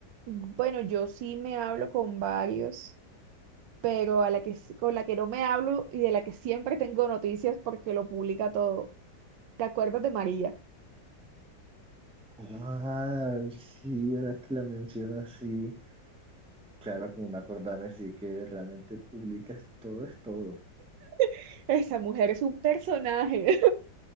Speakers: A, on the right (about 75°); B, in the centre.
A: Bueno, yo sí me hablo con varios, pero a la que, s- con la que no me hablo y de la que siempre tengo noticias porque lo publica todo. ¿Te acuerdas de María?
B: Ah, sí, ahora que la mencionas, sí. Claro, como una cordana, sí que realmente publicas todo es todo.
A: <laughs> Esa mujer es un personaje.